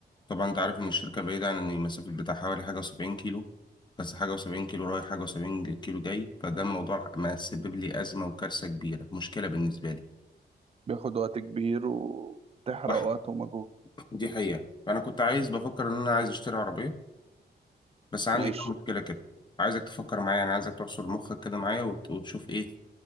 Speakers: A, on the left; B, on the right.
A: طبعا انت عارف ان الشركه بعيده عن المسافه بتاع حوالي حاجه و70 كيلو بس حاجه و70 كيلو رايح حاجه و70 كيلو جاي فده الموضوع ما سبب لي ازمه وكارثه كبيره مشكله بالنسبه لي
B: بياخد وقت كبير وتحرق
A: وح-
B: وقت ومجهود
A: دي حقيقه فانا كنت عايز بفكر ان انا عايز اشتري عربيه بس عندي
B: ماشي
A: كام مشكلة كده عايزك تفكر معايا انا عايزك تحصر مخك كده معايا وت- وتشوف ايه